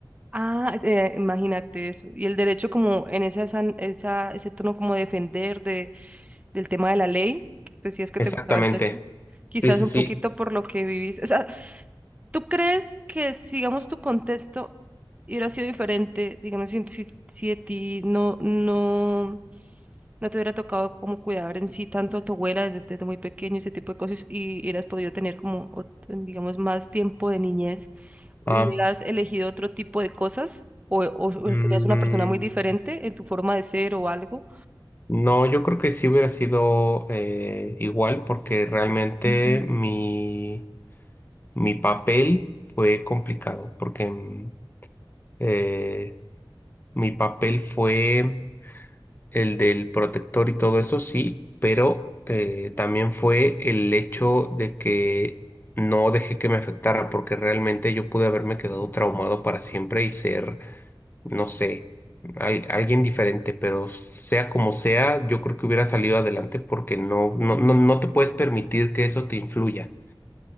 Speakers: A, on the right; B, on the left.
A: Ah, eh, imagínate eso. Y el derecho como en esa, san- esa, ese tono como de defender, del tema de la ley, que decías que
B: Exactamente.
A: te gustaba el derecho, quizás
B: Sí, sí,
A: un
B: sí.
A: poquito por lo que vivís. O sea, ¿tú crees que, sigamos tu contexto hubiera sido diferente, digamos, si, si, si a ti no, no, no te hubiera tocado como cuidar en sí tanto a tu abuela desde, desde muy pequeño, ese tipo de cosas, y hubieras podido tener como, ot- digamos, más tiempo de niñez, hubieras
B: Ah,
A: elegido otro tipo de cosas? O, o
B: mm,
A: serías una persona muy diferente en tu forma de ser o algo.
B: no, yo creo que sí hubiera sido eh, igual, porque realmente mi, mi papel fue complicado, porque... mm, eh, Mi papel fue el del protector y todo eso, sí, pero eh, también fue el hecho de que no dejé que me afectara, porque realmente yo pude haberme quedado traumado para siempre y ser, no sé, al- alguien diferente, pero sea como sea, yo creo que hubiera salido adelante porque no, no, no, no te puedes permitir que eso te influya